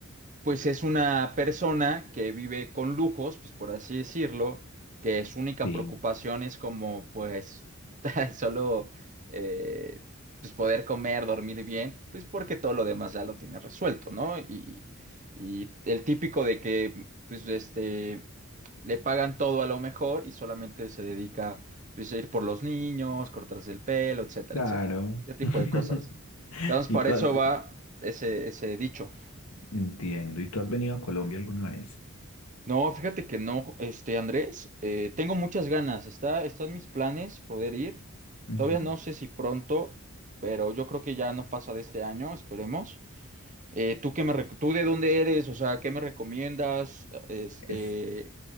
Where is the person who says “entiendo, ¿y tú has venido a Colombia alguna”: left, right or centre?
Left